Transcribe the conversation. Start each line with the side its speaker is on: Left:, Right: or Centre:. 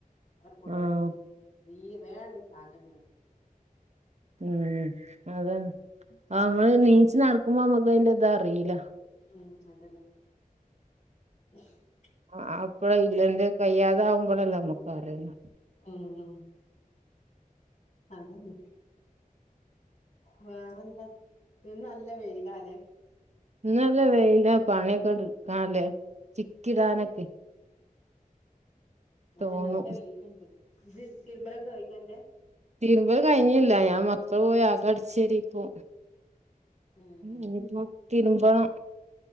Left: അങ്ങട് കൊണ്ടാക്കികള
Right: ആഹ്
Left: നീ വേണ്ട ആക്കണ്ടി
Right: മ് അതെ അമ്മള് നീച്ച് നടക്ക ഉമ്മാമക്ക്‌ അയ്ന്റെ ഇത്അറിയില
Left: ഉം അതന്നെ <unintelligible>
Right: അ അപ്പഴ ഇല്ലന്ത് കയ്യാ തവുംബളല്ലേ നമ്മക്കറിയ
Left: ഇമ് അതന്നെ വേറെന്താ ഇന്ന് നല്ല വെയിലാലെ
Right: ഇന്ന് നല്ല വെയില പണിയൊക്കെ എടുക്കാല്ലേ ചിക്കിടാനൊക്കെ തോന്നും
Left: ആ നല്ല വെയിലൊണ്ട് ഇത് തിരുമ്പളന് <unintelligible>
Right: തീരുമ്പ്കഴിഞ്ഞില്ല ഞാൻ മക്കള് പോയക്കെ അടിച്ചാരി ഇപ്പോ
Left: ഉം
Right: <unintelligible> തിരുമ്പണം